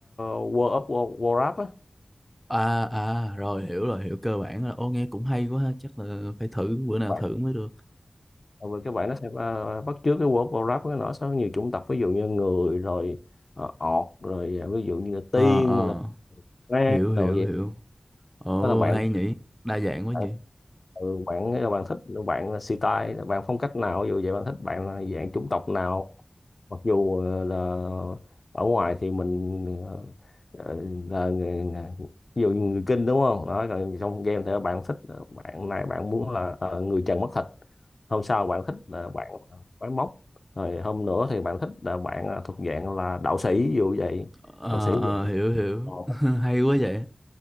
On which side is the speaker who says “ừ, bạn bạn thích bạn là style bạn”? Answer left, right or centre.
Left